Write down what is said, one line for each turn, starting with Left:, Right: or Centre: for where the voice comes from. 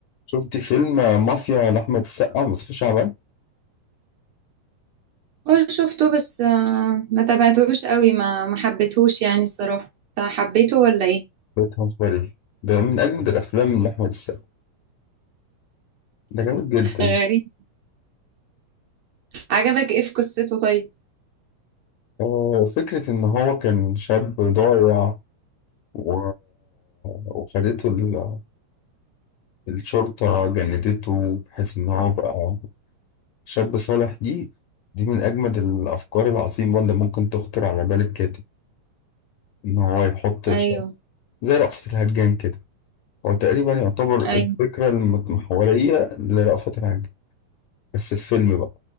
Left: شفت فيلم مافيا لأحمد السقا مصطفى شعبان
Right: هو شفته بس آه، ما تابعتهوش قوي ما ما حبيتهوش يعني الصراحة انت حبيته ولا ايه
Left: ده بتهزري ده من أجمد الأفلام لأحمد السقا ده جامد جدا
Right: <laughs> غريب عجبك ايه في قصته طيب
Left: آه، فكرة إن هو كان شاب ضايع و... وخدته ال... الشرطة جندته بحيث إن هو بقى شاب صالح دي دي من أجمد الأفكار العظيمة اللي ممكن تخطر على بال الكاتب إن هو يحط
Right: ايوه
Left: شاب زي رأفت الهجان كده هو تقريبا يعتبر الفكرة
Right: ايوه
Left: المتمحورية لرأفت الهجان بس في فيلم بقى